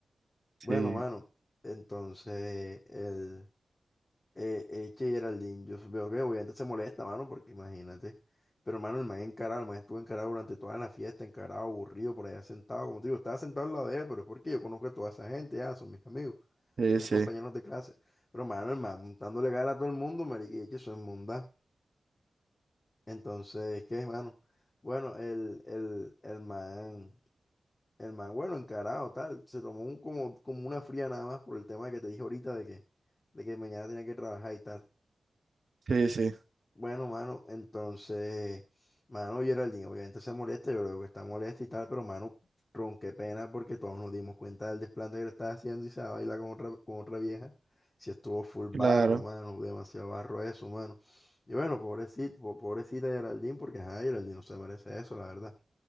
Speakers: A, on the right; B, on the left.
A: Sí,
B: Bueno, mano, entonces, el... eh, eh, que Geraldine, yo veo que obviamente se molesta, mano, porque imagínate. Pero, mano, el man encarado, el man estuvo encarado durante toda la fiesta, encarado, aburrido, por allá sentado. Como te digo, estaba sentado al lado de él, pero es porque yo conozco a toda esa gente, ya, son mis amigos,
A: sí,
B: son mis
A: sí,
B: compañeros de clase. Pero, mano, el man montándole cara a todo el mundo, marica, y es que eso es mundá. Entonces, ¿qué es, mano? Bueno, el, el, el man, el man, bueno, encarado, tal, se tomó un, como, como una fría nada más por el tema que te dije ahorita de que, de que mañana tenía que trabajar y tal.
A: sí, sí.
B: Bueno, mano, entonces, mano, Geraldine obviamente se molesta, yo creo que está molesta y tal, pero mano, ron, qué pena porque todos nos dimos cuenta del desplante que le estaba haciendo y se va a bailar con otra, con otra vieja. Si estuvo full barro,
A: Claro,
B: mano, demasiado barro eso, mano. Y bueno, pobrecito, po- pobrecita Geraldine, porque ajá, Geraldine no se merece eso, la verdad.